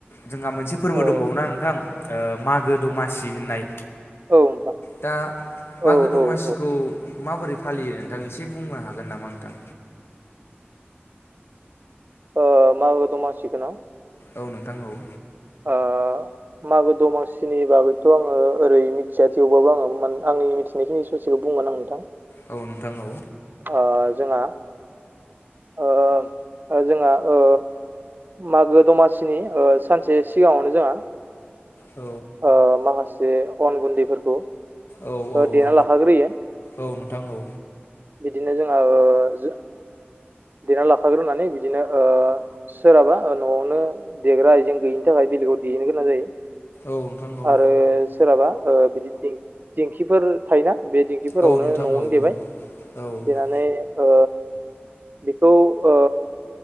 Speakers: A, on the left; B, on the right.
A: जोंहा मोनसे फोरबो
B: औ
A: दंबावो ना नोंथां ओ मागो दमासि होननाय।
B: औ नोंथां
A: दा मागो
B: औ
A: दमासिखौ
B: औ औ
A: माबोरै फालियो नोंथां एसे बुंनो हागोन नामा नोंथां?
B: ओ मागो दमासिखो न'?
A: औ नोंथांखौ औ।
B: ओ मागो दमासिनि बागैथ' आङो ओरै मिथिया थेवबाबो आङो म आंनि मिथिनायखिनि ससेखौ बुं बुंगोन आं नोंथां।
A: औ नोंथां औ।
B: ओ जोंहा ओ ओ जोंहा ओ मागो दमासिनि ओ सानसे सिगाङावनो जोंहा
A: औ
B: ओ माखासे अन गुन्दैफोरखौ
A: औ औ
B: ओ देना
A: औ
B: लाखाग्रोयो।
A: औ नोंथां औ
B: बिदिनो जोङो ओ देना लाखाग्रोनानै बिदिनो ओ सोरहाबा ओ न'आवनो देग्रा आइजें गैयिनि थाखाय बेलेगाव बिहैनो गोनां जायो।
A: औ नोंथां औ।
B: आरो सोरहाबा ओ बिदि दिं दिंखिफोर थायोना? बे दिंखिफोरावनो
A: औ नोंथां
B: न'आवनो
A: औ औ
B: देबाय।
A: औ
B: देनानै ओ बेखौ ओ